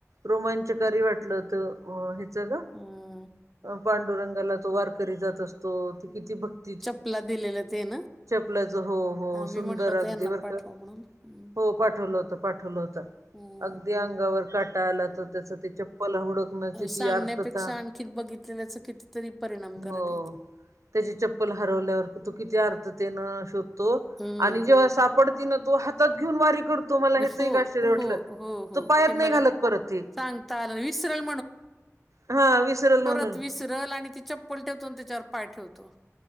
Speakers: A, on the right; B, in the centre.
A: रोमांचकारी वाट कुठंल तो हेच गं.
B: अं,
A: पांडुरंगाला तो वारकरी जात असतो ती किती भक्त
B: चप्पला दिलेलं ते ना?
A: चपल्याच हो हो
B: हा, मी
A: सुंदर
B: म्हणलं होतं
A: अगदी
B: यांना
A: बर
B: पाठवा
A: का
B: म्हणून हम्म.
A: हो. पाठवलं होत पाठवलं होत
B: हम्म.
A: अगदी अंगावर काटा आला. तर त्याच ते चप्पल हुडकण्याची
B: सांगण्यापेक्षा
A: ती आर्तता
B: आणखी बघितलेल्याच तरी परिणाम
A: हो
B: कारक आहेत.
A: त्याची चप्पल हरवल्यावर तो किती अर्थतेन शोधतो
B: हम्म
A: आणि जेव्हा साप पडतीनं तो हातात घेऊन वारी कर तुम्हाला
B: हो
A: हेच एक आश्चर्य वाटलं
B: हो हो हो
A: तो पायात
B: ते मला
A: नाही घालत परत ते.
B: सांगता आलं नाही. विसरल
A: हा विसरलं म्हणून.
B: त्या विसरलं आणि ती चप्पल ठेवतो नी त्यांच्यावर पाय ठेवतो.